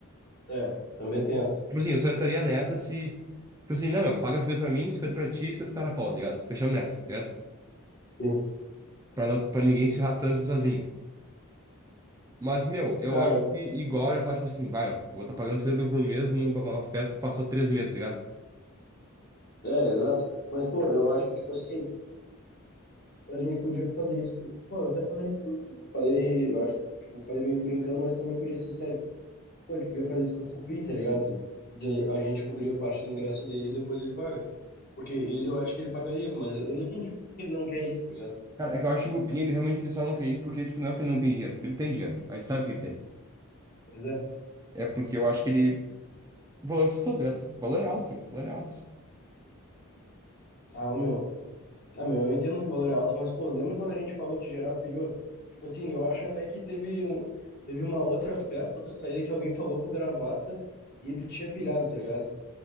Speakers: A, on the left; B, on the right.
A: é, também tem essa.
B: Tipo assim, eu só entraria nessa se, tipo assim, não, meu, paga 50 pra mim, 50 pra ti, 50 pro caracol, tá ligado? Fechamos nessa, tá ligado?
A: Sim.
B: Pra, não, pra ninguém se ferrar tanto assim sozinho. Mas, meu, eu
A: Cara,
B: acho que igual eu ia falar, tipo assim, vai, meu, eu vou estar tá pagando 50 mil por mês numa numa festa que passou três meses, tá ligado?
A: é, exato. Mas, pô, eu acho que, tipo assim, a gente podia fazer isso. Eu- Pô, eu até falei no grupo, né? Eu falei, eu acho, tipo, falei meio brincando, mas também podia ser sério. Pô, a gente podia fazer isso com o Cupim, tá ligado? De- A gente cobria parte do ingresso dele e depois ele paga. Porque ele, eu acho que ele pagaria, mas eu não entendi por que ele não quer ir, tá ligado?
B: Cara, é que eu acho que o Cupim, ele realmente ele só não quer ir porque, tipo, não é porque ele não tem dinheiro, porque ele tem dinheiro. A gente sabe que ele tem.
A: Pois é.
B: É porque eu acho que ele. O valor assustou, tá ligado? O valor é alto, meu. O valor é alto.
A: Ah, o meu. Ah, meu, eu entendo que o valor é alto, mas, pô, lembra quando a gente falou que geral pilhou? Tipo assim, eu acho até que teve um, teve uma outra festa, outra saída que alguém falou com o gravata e ele tinha pilhado, tá ligado?